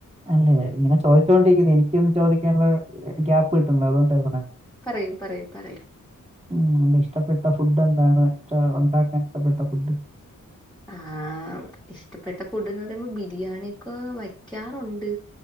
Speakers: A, on the right (about 20°); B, in the centre.
A: അല്ലെ ഇങ്ങനെ ചോദിച്ചോണ്ടിരിക്കുന്നു എനിക്കൊന്ന് ചോദിക്കാനുള്ള ക്യാപ്പ് കിട്ടണില്ല അതുകൊണ്ട പറയ്
B: പറയൂ പറയൂ പറയാം
A: ഉം അന്റെ ഇഷ്ടപ്പെട്ട ഫുഡ് എന്താണ് ഇഷ ഉണ്ടാക്കാൻ ഇഷ്ടപ്പെട്ട ഫുഡ്
B: ആഹ് ഇഷ്ടപ്പെട്ട ഫുഡ്ന്ന് പറയുമ്പോ ബിരിയാണി ഒക്കെ വയ്ക്കാറുണ്ട്